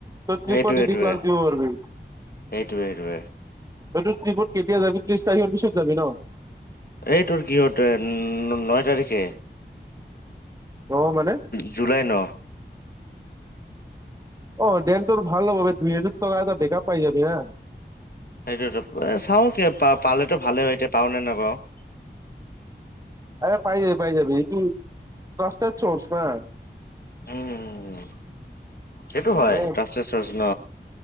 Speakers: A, on the right; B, on the left.
A: পতনি
B: সেইটোৱে
A: প দিদি
B: সেইটোৱে
A: প্লাছ দিব পাৰিবি
B: সেইটোৱে সেইটোৱে
A: । ট্ৰিপত কেতিয়া যাবি ত্ৰিশ তাৰিখৰ পিছত যাবি ন?
B: এইটোৰ কিহত নয় তাৰিখে।
A: অ মানে
B: জুলাই ন ।
A: অ দেন তোৰ ভাল হ দুই হাজাৰ টকা এটা বেকাৰ পাই যাবি হা।
B: সেইটোতো এ চাও কি পালেতো ভালেই হয় এতিয়া পাও নে নাপাওঁ ।
A: আৰে পাই যাবি পাই যাবি ইটো ৰাস্তাত চৰ্চ না ।
B: উম উ সেইটো
A: মানে
B: হয় ৰাচচ ন।